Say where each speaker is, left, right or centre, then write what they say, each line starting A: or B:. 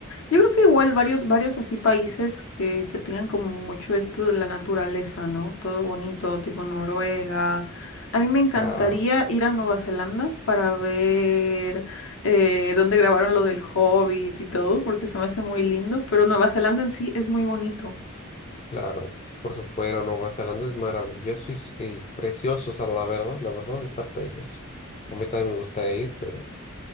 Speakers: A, on the left; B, on the left.
A: yo creo que igual varios, varios así países que, que tengan como mucho esto de la naturaleza, ¿no? Todo bonito, tipo Noruega. A mí me encantaría
B: Claro,
A: ir a Nueva Zelanda para ver eh, dónde grabaron lo del Hobbit y todo, porque se me hace muy lindo, pero Nueva Zelanda en sí es muy bonito.
B: claro. Por supuesto, Nueva Zelanda es maravilloso y, s- y precioso. O sea, la verdad, la verdad está precioso. A mí también me gustaría ir, pero